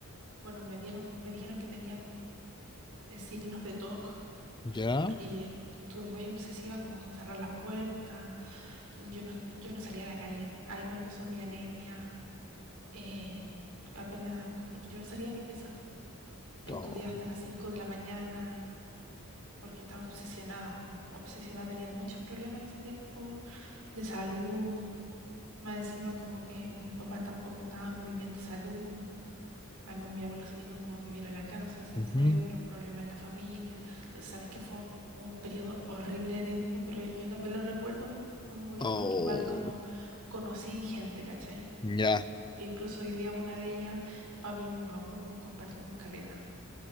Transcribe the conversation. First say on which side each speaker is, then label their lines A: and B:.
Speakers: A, on the right; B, on the left.
A: bueno, me dieron, me dijeron que tenía como eh, signos de TOC,
B: ¿Ya?
A: porque estuve muy obsesiva como con cerrar las puertas Yo no, yo no salía a la calle. Ahí me empezó mi anemia. eh, apenas, como- yo no salía de mi pieza. Estudié
B: No.
A: hasta las 5 de la mañana porque estaba obsesionada. Obsesionada, tenía muchos problemas en ese tiempo de salud. Más encima como que mis papás tampoco estaban muy bien de salud. Además mi abuelo se vino como a vivir a la casa, se
B: Ujú.
A: fue, hubieron problemas en la familia. Entonces sabéis que fue un periodo horrible de tiempo, pero yo también lo recuerdo como bonito
B: Oh,
A: porque igual como conocí gente, ¿cachai?
B: ya,
A: Que incluso hoy día una de ellas, para mí misma aún, compartimos caleta.